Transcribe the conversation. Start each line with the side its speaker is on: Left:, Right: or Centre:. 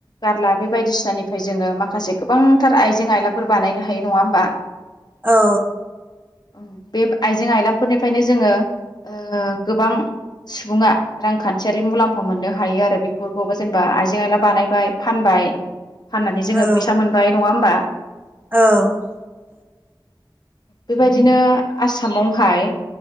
Left: गारला बे बायदिसिनानिफ्राय जोङो माखासे गोबांथार आइजें आइलाफोर बा नायनो हायो नङा होमबा?
Right: औ
Left: औ बे आइजें आयलाफोरनिफ्रायनो जोङो। ओ-गोबां सुबुङा रांखान्थियारि मुलाम्फा मोननो हायो आरो बेख बेफोरखौबो जेनेबा आइजें आइला बानायबाय फानबाय फाननानै जोङो
Right: औ
Left: फैसा मोनबाय नङा होमबा।
Right: औ
Left: बेबायदिनो आसामावहाय।